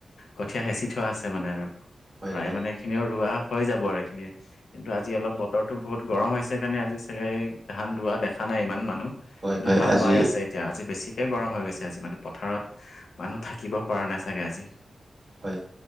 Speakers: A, on the left; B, on the right.
A: কঠীয়া হেঁচি থোৱা আছে মানে আৰু
B: হয়
A: প্ৰায়
B: হয়
A: মানে এইখিনিও ৰোৱা হৈ যাব আৰু এইখিনিয়ে কিন্তু আজি অলপ বতৰটো বহুত গৰম হৈছে কাৰণে আজি চাগে ধান ৰোৱা দেখা ন নাই ইমান মানুহ
B: হয়
A: কিন্তু
B: হয়
A: হাল
B: আজি
A: বাই আছে এতিয়া আজি বেছি একে গৰম হৈ গৈছে আজি মানে পথাৰত মানুহ থাকিব পৰা নাই চাগে আজি
B: হয়